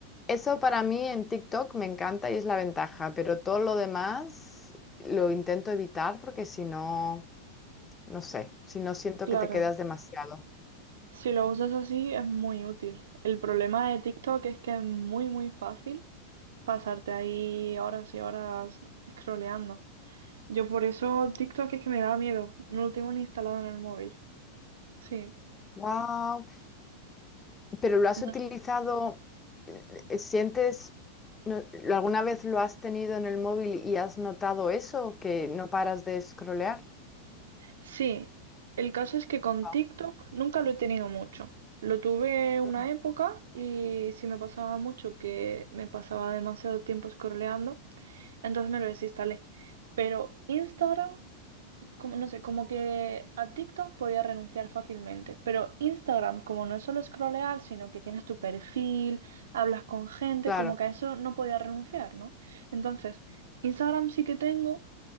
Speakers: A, on the left (about 15°); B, on the right (about 60°).
A: Eso para mí en TikTok me encanta y es la ventaja, pero todo lo demás lo intento evitar porque si no, no sé, si no siento
B: Claro,
A: que te quedas demasiado.
B: si lo usas así es muy útil. El problema de TikTok es que es muy, muy fácil. pasarte ahí horas y horas scrolleando. Yo por eso TikTok es que me da miedo. No lo tengo ni instalado en el móvil. Sí,
A: Wow, pero lo has
B: no
A: utilizado,
B: sé.
A: eh, ¿sientes, no- alguna vez lo has tenido en el móvil y has notado eso, que no paras de scrollear?
B: Sí, el caso es que con
A: Ah,
B: TikTok nunca lo he tenido mucho. Lo tuve una
A: mm,
B: época y si me pasaba mucho que me pasaba demasiado tiempo scrolleando, entonces me lo desinstalé. Pero Instagram como, no sé, como que a TikTok podía renunciar fácilmente, pero Instagram, como no es solo scrollear, sino que tienes tu perfil, hablas con gente,
A: Claro,
B: como que a eso no podía renunciar, ¿no? Entonces, Instagram sí que tengo,